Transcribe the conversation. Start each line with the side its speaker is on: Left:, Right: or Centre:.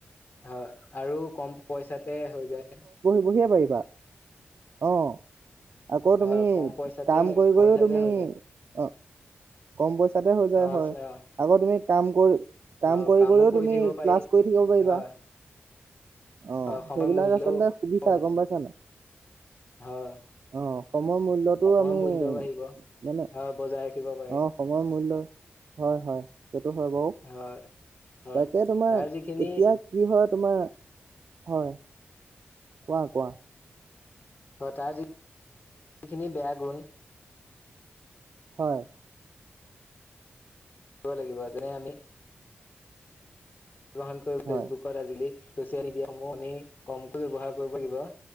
Left: হয় আৰু কম পইচাতে হৈ যায়
Right: বুঢ়িয়ে পাৰিবা অঁ আকৌ
Left: হয়
Right: তুমি
Left: কম পইচাতে
Right: কাম কৰি
Left: পইচাতে
Right: কৰিও তুমি
Left: হৈ যায়
Right: অ কম বৈছ াতে হৈ যায়
Left: অ আচ্ছা,
Right: হয় আগৌ তুমি কাম কৰি কাম
Left: অ
Right: কৰি
Left: কামো
Right: কৰিও তুমি
Left: থাকিব পাৰি
Right: ক্লাছ কৰি থাকিব পাৰিবা
Left: হয়
Right: অ
Left: হয় সময়
Right: সেইবিলাক
Left: মূল্যও
Right: আচলতে সুবিধা
Left: কম
Right: গম পাইছানে
Left: হয়
Right: অ সময়ৰ মূল্্যটো
Left: সময়ৰ
Right: আমি
Left: মূল্যও বাঢ়িব
Right: মানে
Left: হয় বজাই ৰাখিব পাৰিম
Right: অ সময়ৰ মূল্যয় হয় হয় সেইটো হয় বাৰু
Left: হয় হয়
Right: তাকে তোমাৰ
Left: তাৰ যিখিনি
Right: এতিয়া কি হয় তোমাৰ হয় কোৱা কঁোৱা
Left: ঘতাৰ যখিনি বেয়া গুণ
Right: হয়
Left: দিব লাগিব তেনে আমি ্ৰহন কৰি ফেচবুকৰত
Right: হয়
Left: আজিকালি চচিয়েল মিডিয়াসমূহ আমি কমকৈ ব্যৱহাৰ কৰিব লাগিব